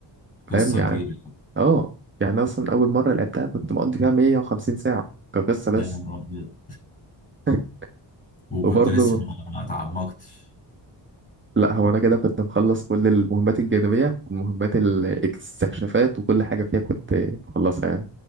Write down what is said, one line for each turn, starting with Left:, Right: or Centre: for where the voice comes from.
Left: قصة
Right: فاهم يعني
Left: كبيرة
Right: اه يعني اصلا اول مره لعبتها كنت مقضي فيها 150 ساعه كقصه بس
Left: يا نهار أبيض
Right: <laughs>
Left: <laughs> وكنت
Right: وبرضه
Left: لسه ما ما اتعمقتش
Right: لا هو انا كده كنت مخلص كل المهمات الجانبية والمهمات الاستكشافات وكل حاجة فيها كنت مخلصها يعني